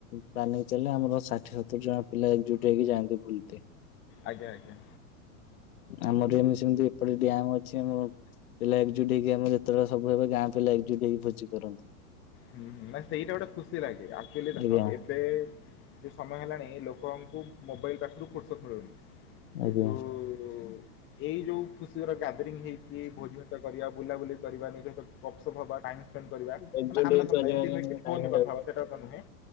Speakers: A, on the left (about 80°); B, on the left (about 25°).
A: ପ୍ଲାନିଂ ଚାଲେ ଆମର ଷାଠିଏ ସତୁରି ଜଣ ପିଲା ଏକଜୁଟ ହେଇକି ଯାଆନ୍ତି ବୁଲ
B: ଆଜ୍ଞା ଆଜ୍ଞା।
A: ଆମର ଏମିତି ସେମତି ଏପଟେ ଡ୍ୟାମ୍ ଅଛି ଆମ ପିଲା ଏଜୁଟ ହେକି ଆମ ଯେତେବେଳେ ସବୁବେ ଗାଁ ପିଲା ଏକଜୁଟ ହେକି ଭୋଜି କରନ୍ତି।
B: ହୁଁ ହୁଁ ନା ସେଇଟା ଗୋଟେ ଖୁସି ଲାଗେ ଆକ୍ଚୁଆଲି ଦେଖ
A: ଆଜ୍ଞା
B: ଏବେ ଯେଉଁ ସମୟ ହେଲାଣି ଲୋକଙ୍କୁ ମୋବାଇଲ ପାଖରୁ ଫୁର୍ସତ ମିଳୁନି କିନ୍ତୁ
A: ଆଜ୍ଞା।
B: ତ ଏଇ ଯୋଉ ଖୁସିର ଗ୍ୟାଦରିଂ ହେଇକି ଭୋଜି ଭାତ କରିବା ବୁଲାବୁଲି କରିବା ନିଜ ଗପସପ ହବା ଟାଇମ୍ ସ୍ପେଣ୍ଡ କରିବା
A: ଏକଜୁଟ
B: ମାନେ
A: ହେଇ
B: ଆମ୍
A: କରିବା
B: ଏମି
A: ପାଇଁ
B: ନୁହେଁ କି ଫୋନରେ
A: ଟାଇମ ଯାଉଛି।
B: କଥା ହବା ସେଇଟା ତ ନୁହେଁ।